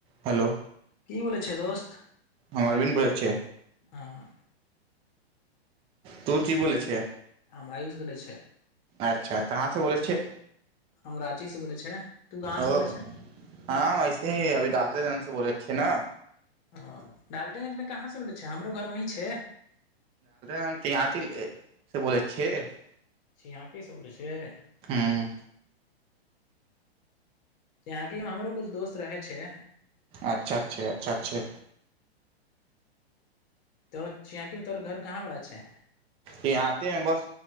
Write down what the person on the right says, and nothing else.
हेलो
हमर अरबिन बोलै छै
तो की बोले छै
अच्छा कहाँसँ बोलै छियै
ओ
हँ वैसे ही अभी डाल दे बोले छिय ने
हम चची से बोलै छियै <unintelligible>
हँ
अच्छा अच्छा अच्छा छै
य आते है बस